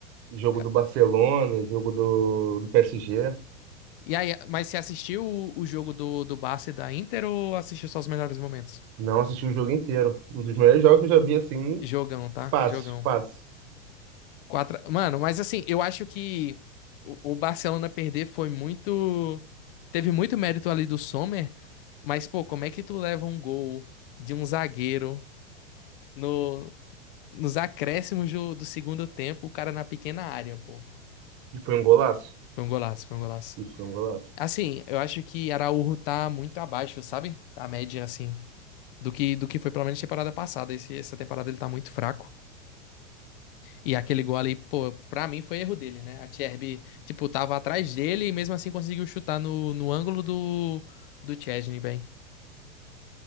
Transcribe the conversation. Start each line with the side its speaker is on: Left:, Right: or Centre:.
Right: Jogo
Left: Ca-
Right: do Barcelona, jogo do, do PSG.
Left: E aí, mas você assistiu o, o jogo do, do Barça e da Inter ou assistiu só os melhores momentos?
Right: Não assisti o jogo inteiro. Um dos melhores jogos que eu já vi assim,
Left: Jogão, tá?
Right: fácil,
Left: Jogão.
Right: fácil.
Left: Quatro... Mano, mas assim, eu acho que o, o Barcelona perder foi muito. Teve muito mérito ali do Sommer, mas, pô, como é que tu leva um gol de um zagueiro no, nos acréscimos do, do segundo tempo, o cara na pequena área, pô?
Right: E foi um golaço.
Left: Foi um golaço, foi um golaço.
Right: Isso foi um golaço.
Left: Assim, eu acho que Araújo tá muito abaixo, sabe? Tá A média, assim, do que, do que foi pelo menos temporada passada. Esse, essa temporada ele tá muito fraco. E aquele gol ali, pô, pra mim foi erro dele, né? A Tcherby, tipo, tava atrás dele e mesmo assim conseguiu chutar no, no ângulo do, do Szczęsny, velho.